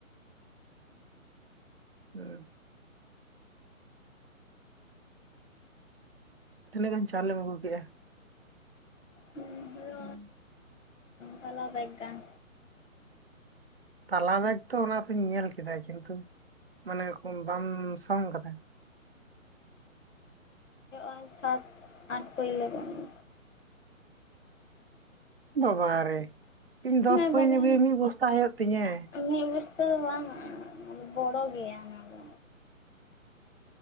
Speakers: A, on the right (about 45°); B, on the left (about 60°).
A: <inaudible> ᱛᱤᱱᱟᱹᱜ ᱜᱟᱱ ᱪᱟᱣᱞᱮᱢ ᱟᱹᱜᱩ ᱠᱮᱫ-ᱟ
B: ᱦᱩᱭᱩᱜᱼᱟ
A: ᱦᱩᱸ
B: ᱛᱟᱞᱟ ᱵᱮᱜᱽ ᱜᱟᱱ
A: ᱛᱟᱞᱟ ᱵᱮᱜᱽ ᱛᱚ ᱚᱱᱟ ᱛᱩᱧ ᱧᱮᱞ ᱠᱮᱫᱟ ᱠᱤᱱᱛᱩ ᱢᱟᱱᱮ ᱵᱟᱢ ᱥᱚᱝ ᱠᱟᱫᱟ
B: ᱯᱟᱸᱪ ᱥᱟᱛ ᱟᱴ ᱯᱟᱹᱭ ᱜᱟᱱ <unintelligible> ᱫᱚ
A: ᱵᱟᱵᱟᱟᱨᱮ ᱤᱧ ᱫᱚᱥ
B: ᱦᱮᱸ
A: ᱯᱟᱹᱭ
B: ᱵᱟᱵᱟ
A: ᱨᱮᱜᱮ ᱢᱤᱫ ᱵᱚᱥᱛᱟ ᱦᱩᱭᱩᱜ ᱛᱤᱧᱟᱹ
B: ᱢᱤᱫ ᱵᱚᱥᱛᱟ ᱦᱚᱸ ᱵᱟᱝ ᱵᱚᱲᱚ ᱜᱮᱭᱟ᱾ ᱚᱱᱟ ᱫᱚ